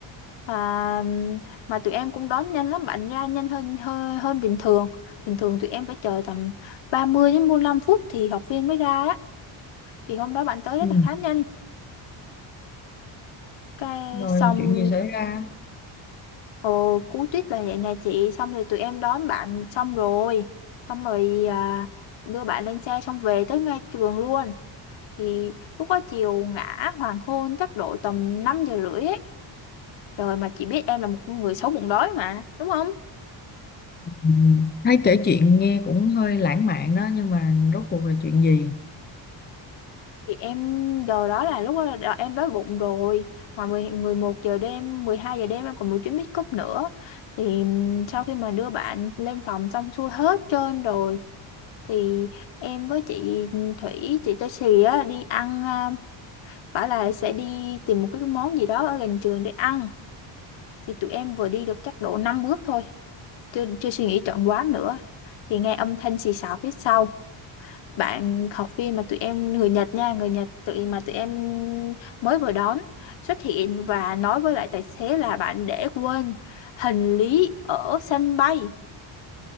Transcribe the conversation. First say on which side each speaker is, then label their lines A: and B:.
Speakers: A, on the left; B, on the left.
A: À, mà tụi em cũng đón nhanh lắm bạn ra nhanh hơn hơn hơn bình thường bình thường tụi em phải chờ tầm 30 đến bốn lăm phút thì học viên mới ra á thì hôm đó bạn tới rất
B: Ừ.
A: là khá nhanh cái
B: Rồi
A: xong
B: chuyện gì xảy ra?
A: ồ, cú tuyết là vậy nè chị xong rồi tụi em đón bạn xong rồi xong rồi à, đưa bạn lên xe xong về tới ngay trường luôn thì lúc đó chiều ngã hoàng hôn chắc độ tầm 5 giờ rưỡi ấy trời mà chị biết em là một con người xấu bụng đói mà đúng không
B: Ừ. Thấy kể chuyện nghe cũng hơi lãng mạn đó nhưng mà rốt cuộc là chuyện gì?
A: thì em giờ đó là lúc đó là em đói bụng rồi mà mười mười một giờ đêm 12 giờ đêm em còn một chuyến pick up nữa thì sau khi mà đưa bạn lên phòng xong xuôi hết trơn rồi thì em với chị Thủy chị Tracy á đi ăn à, bảo là sẽ đi tìm một cái món gì đó ở gần trường để ăn thì tụi em vừa đi được chắc độ 5 bước thôi chưa chưa suy nghĩ chọn quán nữa thì nghe âm thanh xì xào phía sau bạn học viên mà tụi em người Nhật nha người Nhật tụi mà tụi em mới vừa đón xuất hiện và nói với lại tài xế là bạn để quên hành lý ở sân bay